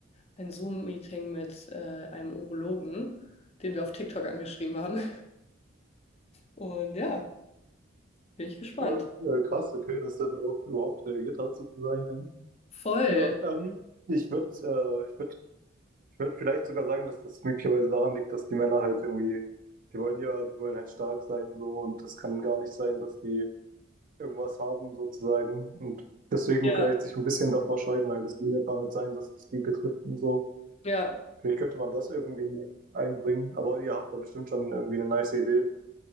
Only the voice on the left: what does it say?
ein Zoom-Meeting mit äh, einem Urologen, den wir auf TikTok angeschrieben haben. Und ja, bin ich gespannt.
Voll.
Ja.
Ja,